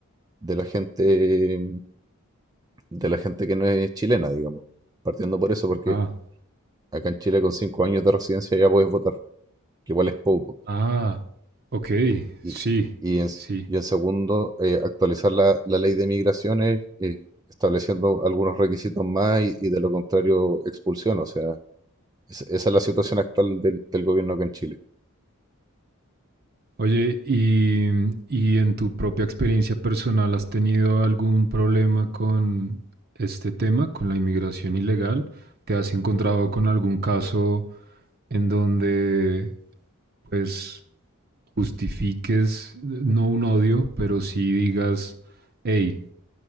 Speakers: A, on the right (about 20°); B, on the right (about 45°).
A: de la gente, de la gente que no es chilena, digamos. Partiendo por eso, porque
B: Ah,
A: acá en Chile con cinco años de residencia ya puedes votar, que igual es poco.
B: ah, ok,
A: Y,
B: sí,
A: y en,
B: sí.
A: y en segundo, eh, actualizar la, la ley de migraciones, eh, estableciendo algunos requisitos más y, y de lo contrario expulsión, o sea Es- Esa es la situación actual del, del gobierno acá en Chile.
B: Oye, y, y en tu propia experiencia personal, ¿has tenido algún problema con este tema, con la inmigración ilegal? ¿Te has encontrado con algún caso en donde, pues, justifiques, no un odio, pero sí digas, hey,